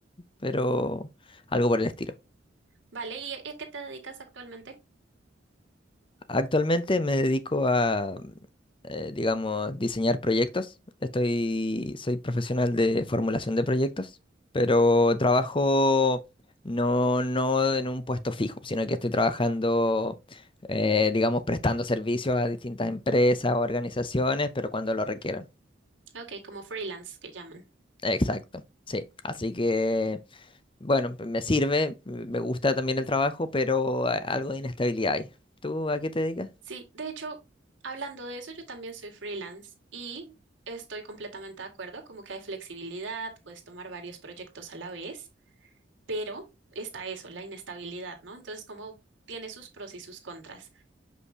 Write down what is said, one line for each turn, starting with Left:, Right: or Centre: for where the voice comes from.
Left: pero algo por el estilo.
Right: Vale, ¿y a qué te dedicas actualmente?
Left: Actualmente me dedico a, eh, digamos, diseñar proyectos. Estoy, soy profesional de formulación de proyectos, pero trabajo no, no en un puesto fijo, sino que estoy trabajando, eh, digamos, prestando servicios a distintas empresas o organizaciones, pero cuando lo requieran.
Right: Ok, como freelance que llaman.
Left: Exacto, sí. Así que, bueno, p- me sirve, m- me gusta también el trabajo, pero a- algo de inestabilidad hay. ¿Tú a qué te dedicas?
Right: Sí, de hecho, hablando de eso, yo también soy freelance y estoy completamente de acuerdo, como que hay flexibilidad, puedes tomar varios proyectos a la vez, pero está eso, la inestabilidad, ¿no? Entonces, como tiene sus pros y sus contras.